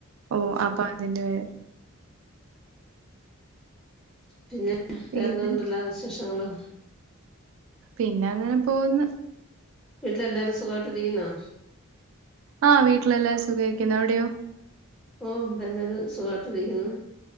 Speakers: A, on the right; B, in the centre.
A: ഓഹ് അപ്പൊ അതിന്റെ വയർ
B: പിന്നെ
A: പിന്നെ
B: വേറെന്തണ്ടല്ല വിശേഷങ്ങള്
A: പിന്നെ അങ്ങനെ പോന്ന്
B: വീട്ടിലെല്ലാരും സുഖായിട്ട് ഇരിക്കുന്നാ
A: ആഹ് വീട്ടിലെല്ലാരും സുഖായിരിക്കുന്നു അവിടെയോ
B: ഓഹ് ഇടെല്ലാരും സുഖായിട്ട് ഇരിക്കുന്നു